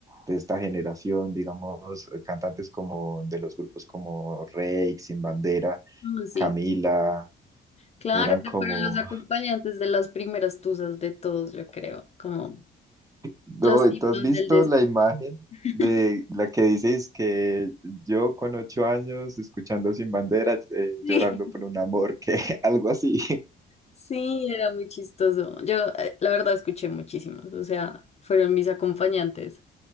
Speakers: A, on the right; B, on the left.
A: de esta generación, digamos, eh, cantantes como de los grupos como Reik, Sin Bandera,
B: Mm, Sí,
A: Camila,
B: claro,
A: eran
B: pero
A: como,
B: fueron los acompañantes de las primeras tuzas de todos, yo creo, como
A: no,
B: los himnos
A: ¿tú has visto
B: del deseo.
A: la imagen
B: <laughs>
A: de la que dices que yo con ocho años escuchando Sin Bandera, eh,
B: Sí.
A: llorando por un amor, que <laughs> algo así?
B: Sí, era muy chistoso. Yo, eh, la verdad, escuché muchísimos, o sea, fueron mis acompañantes